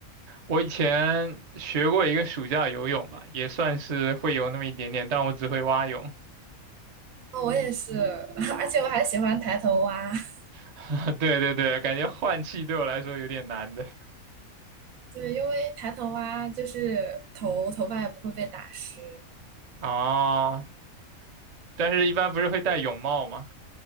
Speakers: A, on the right; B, on the right.
A: 我以前学过一个暑假游泳吧，也算是会游那么一点点，但我只会蛙泳。
B: 哦，我也是，<laughs> 而且我还喜欢抬头蛙。<laughs>
A: <laughs> 对对对，感觉换气对我来说有点难的。
B: 对，因为抬头蛙就是头头发也不会被打湿。
A: 啊，但是一般不是会戴泳帽吗？